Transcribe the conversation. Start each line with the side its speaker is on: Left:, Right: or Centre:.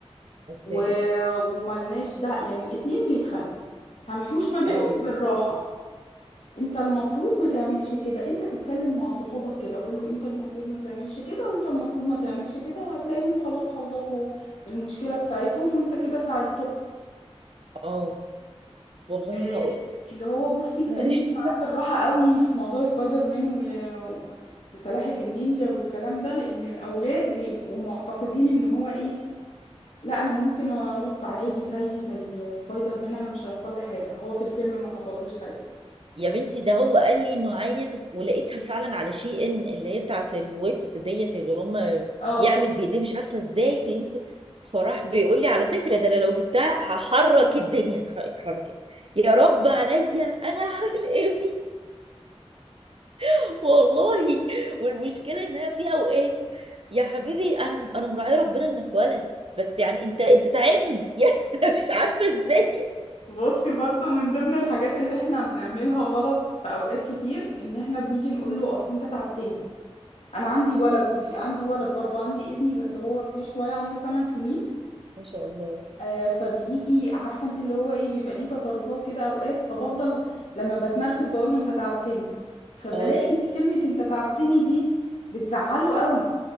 Right: اوكي
Left: و... وملناش ده يعني اتنين بيتخانقوا هنحوش ما بينهم
Right: اه
Left: بالراحة انت المفروض ما تعملش كده انت تتكلم مع صحابك كده قول له انت المفروض ما تعملش كده وانت المفروض ما تعملش كده وهتلاقيهم خلاص خلصوا المشكلة بتاعتهم وانت كده ساعدته
Right: اه والله
Left: آه
Right: هقول
Left: اللي هو بصي اتكلمي
Right: يعني
Left: معاه بالراحة قوي في موضوع سبايدر مان و... و- وسلاحف النينجا والكلام ده لان الاولاد بيبقوا معتقدين ان هو ايه لا انا ممكن انط عادي زي زي سبايدر مان انا مش هيحصل لي حاجه هو في الفيلم ما حصلوش حاجه
Right: <laughs> يا بنتي ده هو قال لي انه عايز ولقيتها فعلا على شي ان اللي هي بتاعت الويبس ديت اللي هم
Left: اه
Right: يعمل بايديه مش عارفه ازاي فيمسك فراح بيقول لي على فكره ده أنا لو جبتها هحرك الدنيا اتحركت يا رب عليا انا هعمل ايه <laughs> والله والمشكله ان انا في اوقات يا حبيبي انا انا مراعيه ربنا انك ولد بس يعني انت انت تعبني <laughs> يعني انا مش عارفه ازاي
Left: بصي برضو من ضمن الحاجات اللي احنا بنعملها غلط في اوقات كتير ان احنا بنيجي نقول له اصل انت تعبتني انا عندي ولد عندي ولد برضو عندي ابني بس هو كبير شويه عنده 8 سنين
Right: ما شاء الله
Left: آه فبيجي عارفه انت اللي هو ايه بيبقى ليه تصرفات كده اوقات فبفضل لما بتنرفز بقول له انت تعبتني فبلاقي
Right: اه
Left: ان كلمه انت تعبتني دي بتزعله قوي